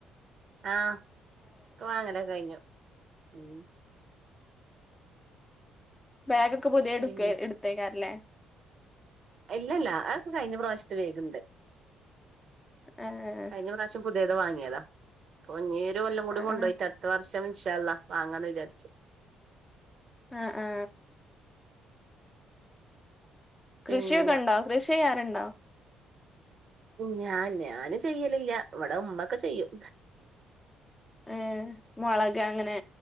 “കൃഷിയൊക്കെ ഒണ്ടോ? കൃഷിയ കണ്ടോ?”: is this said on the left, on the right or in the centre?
Left